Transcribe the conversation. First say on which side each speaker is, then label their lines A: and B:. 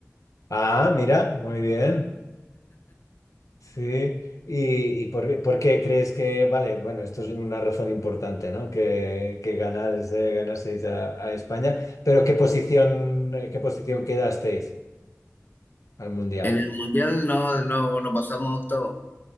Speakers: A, on the left; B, on the left.
A: Ah, mira, muy bien. Sí, y, y por, qué por qué crees que, vale, bueno, esto es una razón importante, ¿no? Que, que ganás, eh, ganaseis a, a España, pero ¿qué posición, eh, qué posición quedasteis al Mundial?
B: En el Mundial no, no, no pasamos a octavos.